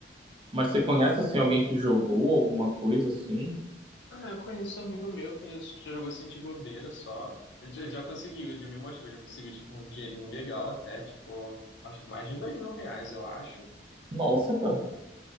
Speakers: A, on the right; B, on the left.
A: Mas você conhece assim alguém que jogou alguma coisa assim?
B: Ah, eu conheço um amigo meu que ele já jogou assim de bobeira só. Ele já, já conseguiu, ele já me mostrou, já conseguiu tipo um dinheirinho legal até, tipo, acho que mais de dois mil reais, eu acho.
A: Nossa, cara.